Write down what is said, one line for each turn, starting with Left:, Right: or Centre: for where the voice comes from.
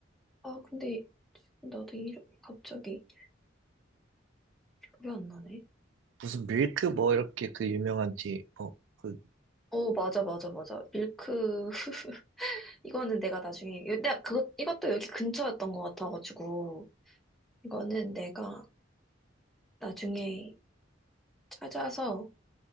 Centre: 아, 근데 지금 나도 이름이 갑자기 기억이 안 나네.
Right: 무슨 밀크 뭐 이렇게 그 유명한 티, 어, 그,
Centre: 어, 맞아, 맞아, 맞아. 밀크, <laughs> 이거는 내가 나중에, 내가 그것, 이것도 여기 근처였던 것 같아가지고, 이거는 내가 나중에 찾아서